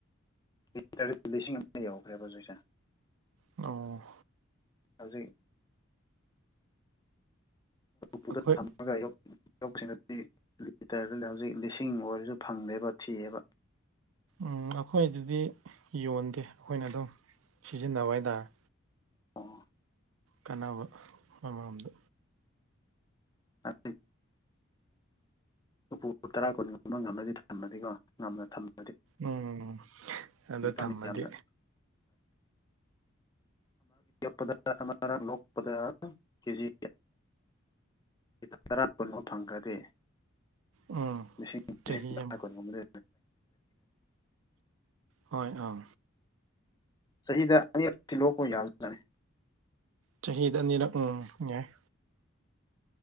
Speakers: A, on the left; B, on the right.
A: ꯂꯤꯇꯔ ꯂꯤꯁꯤꯡ ꯑꯃ ꯌꯧꯈ꯭ꯔꯦꯕ ꯍꯧꯖꯤꯛꯁꯦ
B: ꯑꯣ
A: ꯍꯧꯖꯤꯩ ꯄꯨꯗ
B: ꯑꯩꯈꯣꯏ
A: ꯊꯝꯅꯕꯒ ꯂꯧꯁꯤꯡꯗꯗꯤ ꯂꯤꯇꯔꯗꯗꯤ ꯍꯧꯖꯤꯛ ꯂꯤꯁꯤꯡ ꯑꯣꯏꯔꯁꯨ ꯐꯪꯗꯦꯕ ꯊꯤꯑꯕ
B: ꯎꯝ ꯑꯩꯈꯣꯏ ꯑꯗꯨꯗꯤ ꯌꯣꯟꯗꯦ ꯑꯩꯈꯣꯏꯅ ꯑꯗꯨꯝ ꯁꯤꯖꯤꯟꯅꯕ ꯍꯥꯏꯇꯥꯔꯦ
A: ꯑꯣ
B: ꯀꯥꯟꯅꯕ ꯑꯃꯃꯔꯝꯗ
A: ꯑ ꯂꯨꯐꯨ ꯇꯔꯥ ꯀꯨꯟꯒꯨꯝꯕ ꯉꯝꯃꯗꯤ ꯊꯝꯃꯗꯤꯀꯣ ꯉꯝꯅ ꯊꯝꯝꯕ
B: ꯎꯝ ꯑꯗꯣ
A: ꯏꯟꯀꯝ
B: ꯊꯝꯃꯗꯤ
A: ꯌꯥꯝꯅ ꯄꯗ ꯂꯣꯛꯄꯗ ꯀꯦꯖꯤ ꯂꯤ ꯇꯔꯥ ꯀꯨꯟꯣ ꯐꯪꯈ꯭ꯔꯗꯤ
B: ꯎꯝ
A: ꯂꯤ
B: ꯆꯍꯤ
A: ꯂꯤꯁꯤꯡ ꯇꯥ
B: ꯑꯃ
A: ꯀꯨꯟꯒꯨꯝꯕ
B: ꯍꯣꯏ ꯑꯥ
A: ꯆꯍꯤꯗ ꯑꯅꯤꯌꯦꯛ ꯊꯤꯂꯣꯛꯄꯥꯎ ꯌꯥꯕꯅꯤ
B: ꯆꯍꯤꯗ ꯑꯅꯤꯔꯛ ꯎꯝ ꯌꯥꯏ